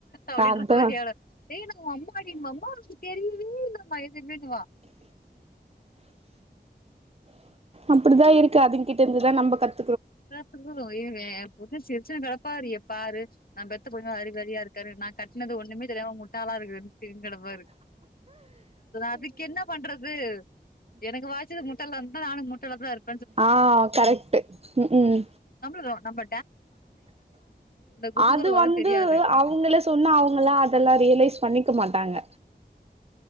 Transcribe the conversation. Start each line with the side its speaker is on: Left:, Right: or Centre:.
Left: அப்டின்ற
Right: அதா
Left: மாரி <unintelligible> ஏ நா ஓ அம்மாடின்னு வா அம்மாக்கு தெரியும் <unintelligible> <unintelligible>
Right: அப்படிதான் இருக்கு அதுங்க கிட்ட இருந்துதான் நம்ம கத்
Left: சத்து கு <unintelligible> <unintelligible> சிருச்சுட்டு கிடப்பாரு ஏ பாரு நான் பெத்த பொண்ணு அறிவாளியா இருக்கு நான் கட்டினது ஒண்ணுமே தெரியாம முட்டாலா இருக்குதுன்னு கிடப்பாருக்கு அதுக்கு என்ன பண்றது எனக்கு வாச்சது முட்டால்லா இருந்தா நானு முட்டால தான் இருக்
Right: ஆஹ் கரெக்ட் ம் ம்
Left: ஆ நம்ப குதூகல
Right: அது
Left: வரும்
Right: வந்து
Left: தெரியாது
Right: அவங்கள சொன்னா அவங்கள அதெல்லாம் ரியலைஸ் பண்ணிக்க மாட்டாங்க